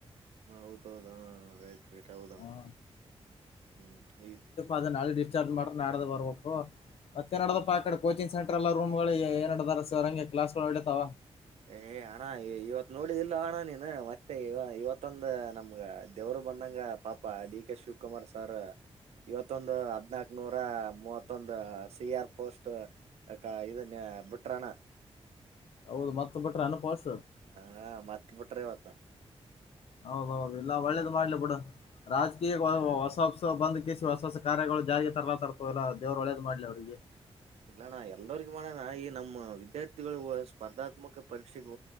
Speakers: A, on the right; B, on the left.
A: ಹ ಹೌದ ಹೌದ ರೈಟ್ ರೇಟ್ ಹೌದಣ್ಣ
B: ಹ್ಮ
A: ಹ್ಮ್ ಈ
B: ಅದ ನಳೆ ಡಿಸ್ಚಾರ್ಜ್ ಮಾಡ್ರ ನಾಡದ ಬರ್ಬೇಕು ಮತ್ತೆ ನಡದಪ್ಪ ಆ ಕಡೆ ಕೋಚಿಂಗ್ ಸೆಂಟರ್ ಎಲ್ಲ ರೂಮ್ ಗಳು ಏಡತಾರ ಸರ್ ಹಂಗೆ ಕ್ಲಾಸ್ಗಳು ಹೊಡಿತಾವ
A: ಏ್ ಅಣ ಇವತ್ ನೋಡಿದಿಲ್ಲ ಅಣ್ಣ ನೀನು ಮತ್ತೆ ಇವತ್ತೊಂದ ನಮ್ಗ ದೇವರು ಬಂದಂಗ ಪಾಪಾ ಡಿ ಕೆ ಶಿವಕುಮಾರ್ ಸಾರ್ ಇವತ್ತೊಂದು ಹದ್ನಾಕ್ ನೂರ ಮೂವತ್ತೊಂದು ಸಿ ಆರ್ ಪೋಸ್ಟ್ ಅಕ್ಕ ಇದನ್ಯ ಬುಟ್ರಣ
B: ಹೌದು ಮತ್ತ ಬಿಟ್ರೆ ಅನುಪಾಶ
A: ಹಾ ಮತ್ತ ಬಿಟ್ರೆವತ್ತ
B: ಹೌದೌದು ಇಲ್ಲ ಒಳ್ಳೇದು ಮಾಡ್ಲಿ ಬಿಡ ರಾಜಕೀಯ
A: ಹಾ
B: ಹೊಸ ಬಂದ್ ಕಿಸಿಿ ಹೊಸ ಹೊಸ ಕಾರ್ಯಗಳು ಜಾರಿಗೆ ತರಲಾ ತರ್ತವಲ್ಲ ದವ್ರು ಒಳ್ಳೇದ ಮಾಡ್ಲಿ ಅವ್ರರಿಗೆ
A: ಇಲ್ಲಣ್ಣ ಎಲ್ಲರಿಗ ಮಾಡಣ ಈ ನಮ್ಮ ವಿದ್ಯಾರ್ಥಿಗಳು ಸ್ಪರ್ಧಾತ್ಮಕ ಪರೀಕ್ಷೆಗೆ